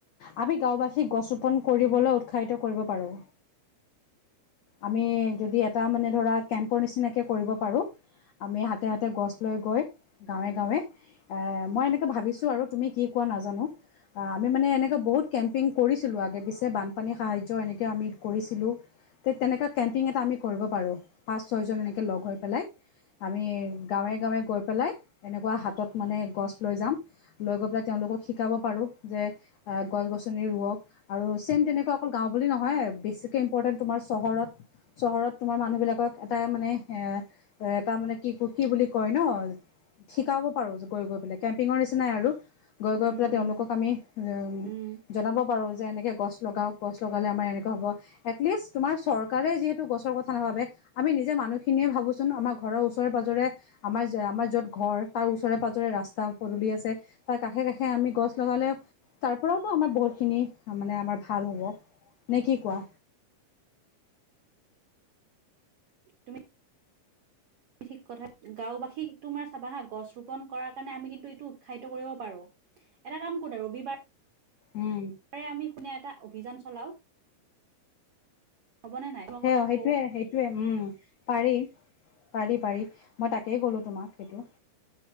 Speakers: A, on the left; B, on the right.
A: আমি গাঁওবাসীক গছ ৰোপন কৰিবলৈ উৎসাহিত কৰিব পাৰোঁ। আমি যদি এটা মানে ধৰা কেম্পৰ নিচিনাকে কৰিব পাৰো আমি হাতে হাত। তাতে গছ লৈ গৈ গাঁৱে গাঁৱে এ মই এনেকৈ ভাবিছোঁ আৰু তুমি কি কোৱা নাজানো। আ আমি মানে এনেকা বহুত কেম্পিং কৰিছিলোঁ আগে পিছে বানপানী সাহায্য এনে কে আমি কৰিছিলোঁ। ঠিক তেনেকুৱা কেম্পিং এটা আমি কৰিব পাৰোঁ পাঁচ ছয়জন এনেকৈ লগ হৈ পেলাই আমি। গাঁৱে-গাঁৱে গৈ পেলাই এনেকুৱা হাতত মানে গছ লৈ যাম লৈ গৈ পেলাই তেওঁলোকক শিকাব পাৰোঁ। যে এ গছ গছনি ৰুৱক আৰু ছেম তেনেকুৱা অকল গাঁও বুলি নহয় আৰু বেছিকে ইম্পৰটেন্ট তোমা হয় চহৰত তোমাৰ মানুহ বিলাকক এটা মানে এ তাৰ মানে কি কো কি বুলি কয় ন শিকাব পাৰো গৈ গৈ পেলাই কেম্পিঙৰ নিচিনাই আৰু। গৈ গৈ
B: উম
A: পেলাই তেওঁলোকক
B: উম
A: আমি উ
B: উম
A: জনাব পাৰো যে এনেকে গছ লগাওঁক গছ লগালে মানে এনেকুৱা হ'ব এটলিষ্ট চৰকাৰে যিহেতু গছৰ কথা নাভাবে আমি নিজে মানুহখিনিয়ে ভাবো চোন ঘৰৰ ওচৰে পাজৰে। আমাৰ আমাৰ য'ত ঘৰ তাৰ ওচৰে পাজৰে ৰাস্তা পদুলি আছে তাৰ কাষে কাষে আমি গছ লগাওঁ। তাৰ পৰাওতো আমাৰ বহুতখিনি মানে আমাৰ ভাল হ'ব, নে কি কোৱা?
B: তুমি ঠিক কথা গাঁওবাসীক তোমাৰ চাবা হা গছ ৰোপন কৰাৰ কাৰণে আমি কিন্তু এইটো উৎসাহিত কৰিব পাৰো। এটা কাম কৰো দে ৰবিবাৰ
A: উম
B: তাৰে আমি শুনা এটা অভিযান চলাও। হ'বনে নাই সকলক
A: সে সেইটোৱে
B: কওঁ
A: সেইটোৱে উম পাৰি। পাৰি পাৰি মই তাকেই কলোঁ তোমাক সেইটো।